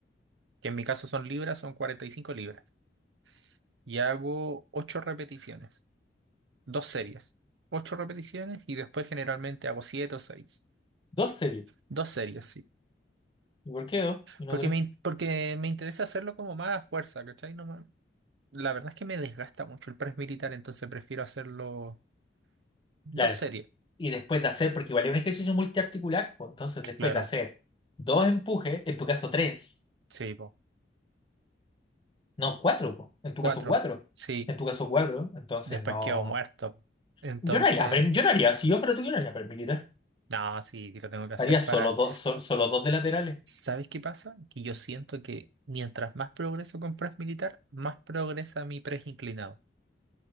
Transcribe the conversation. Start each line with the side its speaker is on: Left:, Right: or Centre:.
Right: que en mi caso son libras, son 45 libras. Y hago ocho repeticiones, dos series. Ocho repeticiones y después generalmente hago siete o seis.
Left: Dos series.
Right: Dos series, sí.
Left: ¿Y por qué dos? Y no
Right: Porque
Left: tres.
Right: me, in- porque me interesa hacerlo como más a fuerza, ¿cachai? No, me- la verdad es que me desgasta mucho el press militar, entonces prefiero hacerlo. Dos
Left: Claro.
Right: series,
Left: Y después de hacer, porque igual es un ejercicio multiarticular, pues, entonces después
Right: claro,
Left: de hacer dos empujes, en tu caso tres.
Right: sí, po.
Left: No, cuatro, po. En tu
Right: Cuatro,
Left: caso, cuatro.
Right: sí.
Left: En tu caso, cuatro. Entonces,
Right: Después
Left: no.
Right: quedó muerto. Entonces,
Left: Yo no haría, pre- yo no haría, si yo fuera tú, yo no haría paramilitar.
Right: no, sí, sí lo tengo que hacer
Left: Haría solo
Right: para...
Left: dos, sol- solo dos de laterales.
Right: ¿Sabes qué pasa? Que yo siento que mientras más progreso con Press Militar, más progresa mi press inclinado.